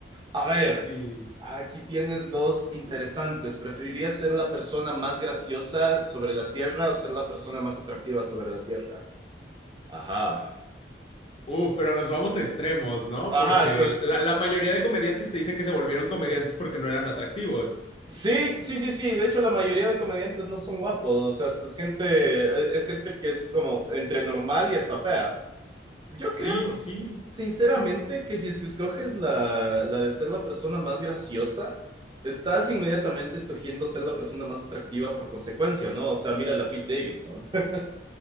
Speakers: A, on the right (about 25°); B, on the left (about 30°).
A: A ver,
B: Sí.
A: aquí tienes dos interesantes. ¿Preferirías ser la persona más graciosa sobre la Tierra o ser la persona más atractiva sobre la Tierra? Ajá.
B: Uf, pero nos vamos a extremos, ¿no?
A: Ajá,
B: Porque
A: eso es...
B: la, la mayoría de comediantes te dicen que se volvieron comediantes porque no eran atractivos.
A: Sí, sí, sí, sí. De hecho, la mayoría de comediantes no son guapos. O sea, es gente, es gente que es como entre normal y hasta fea. Yo
B: Sí,
A: creo,
B: sí, sí.
A: sinceramente
B: Mm.
A: que si es que escoges la, la de ser la persona más graciosa, estás inmediatamente escogiendo ser la persona más atractiva por consecuencia, ¿no? O sea, mira la Pete Davidson. <laughs>